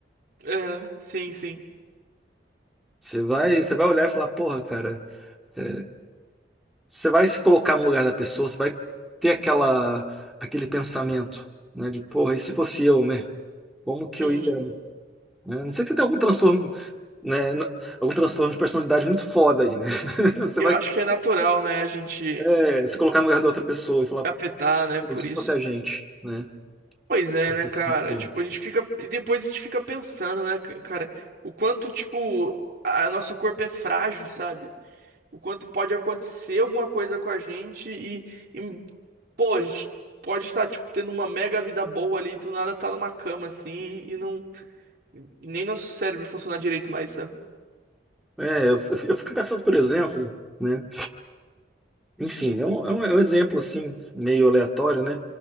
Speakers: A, on the right; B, in the centre.
A: É, sim, sim.
B: Você vai, você vai olhar e falar, porra, cara, é, você vai se colocar no lugar da pessoa, você vai ter aquela, aquele pensamento, né? De, porra, e se fosse eu, né? Como que
A: Uhum.
B: eu ia, né? A não ser que você tenha algum transtorno, né? n- Algum transtorno de personalidade muito foda aí, né? <laughs> Você
A: Eu
B: vai
A: acho que é natural, né, a gente
B: é, se colocar no lugar da outra pessoa e falar,
A: afetar, né,
B: "Pô,
A: por
B: se
A: isso.
B: fosse a gente, né?
A: Pois é,
B: Nesse
A: né, cara?
B: sentido.
A: Tipo, a gente fica. E depois a gente fica pensando, né, ca- cara, o quanto, tipo, a nosso corpo é frágil, sabe? O quanto pode acontecer alguma coisa com a gente e, e pô, a gente pode estar, tipo, tendo uma mega vida boa ali, do nada tá numa cama, assim, e não. e nem nosso cérebro funcionar direito mais, sabe?
B: É, eu, f- eu fico pensando, por exemplo, né? Enfim, é um, é um, é um exemplo assim, meio aleatório, né?